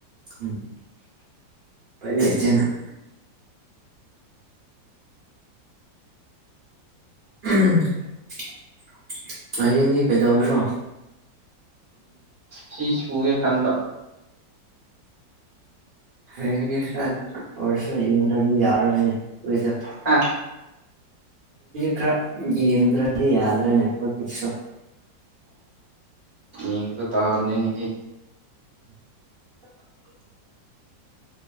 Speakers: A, on the right; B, on the right.
A: ꯎꯝ ꯐꯠꯇꯦꯅ ꯎꯝ <unintelligible> <inaudible> ꯑꯅꯤꯡ ꯀꯩꯗꯎꯒꯔꯣ
B: ꯁꯤ ꯁꯨꯒꯦ ꯈꯟꯕ
A: ꯍꯦꯡ ꯏꯁꯔꯁ ꯌꯦꯗꯤ ꯌꯥꯔꯅꯦ ꯍꯗ
B: ꯍꯥꯥ
A: ꯀ꯭ꯔ ꯌꯦꯟ꯭ꯔꯣꯗꯤ ꯌꯥꯗ꯭ꯔꯦꯅꯦ ꯍꯣꯏꯁꯨ
B: ꯍꯕ ꯇꯥꯕꯅꯤꯅꯤꯍ
A: <unintelligible> <inaudible>